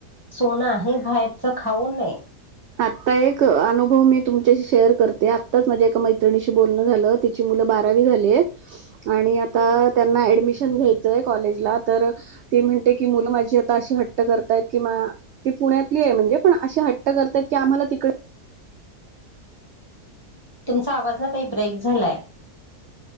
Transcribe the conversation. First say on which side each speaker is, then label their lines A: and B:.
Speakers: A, on the right; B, on the right.
A: सोनं आहे, बाहेरच खाऊन नये.
B: आता एक अनुभव मी तुमच्याशी शेअर करते. आत्ताच माझ्या एका मैत्रिणीशी बोलणं झालं, तिची मुलं बारावी झालीय, आणि आता त्यांना ऍडमिशन घ्यायचंय कॉलेज ला तर - म्हणते की, मुलं माझी आता अशी हट्ट करतात कि, ती पुण्यातली आहे. म्हणजे पण मग अशी हट्ट करतात की आम्हाला तिकडे
A: तुमचा आवाज ना? ताई ब्रेक झालाय.